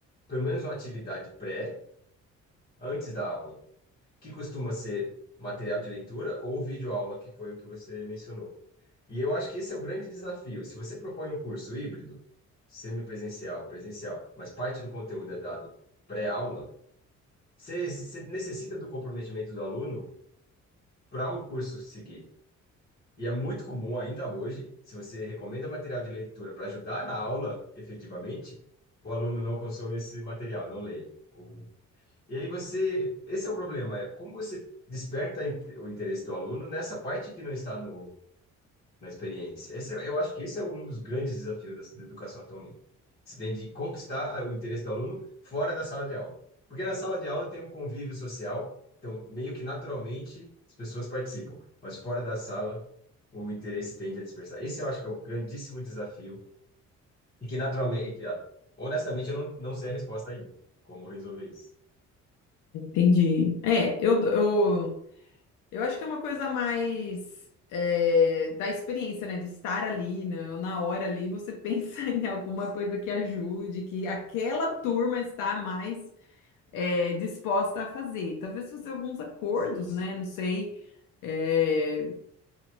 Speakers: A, on the left (about 30°); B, on the left (about 80°).
A: pelo menos uma atividade pré, antes da aula. que costuma ser material de leitura ou videoaula, que foi o que você mencionou. E eu acho que esse é o grande desafio. Se você propõe um curso híbrido, semipresencial, presencial, mas parte do conteúdo é dado pré-aula, você, você necessita do comprometimento do aluno para um curso seguir. E é muito comum ainda hoje, se você recomenda material de leitura para ajudar na aula, efetivamente, o aluno não consome esse material, não lê. O e aí você, esse é o problema, é como você desperta in- o interesse do aluno nessa parte que não está no, na experiência. Esse, é- eu acho que esse é um dos grandes desafios da, da educação atualmente. Você tem de conquistar ah, o interesse do aluno fora da sala de aula. Porque na sala de aula tem um convívio social, então meio que naturalmente as pessoas participam, mas fora da sala o interesse tende a dispersar. Esse eu acho que é o grandíssimo desafio e que naturalmente, e que, ah, honestamente, eu não, não sei a resposta ainda, como resolver isso.
B: Entendi. É, eu, eu Eu acho que é uma coisa mais é, da experiência, né? De estar ali, na, na hora ali, você pensa <laughs> em alguma coisa que ajude, que aquela turma está mais é, disposta a fazer. Talvez fazer alguns acordos,
A: Sim.
B: né? Não sei. eh,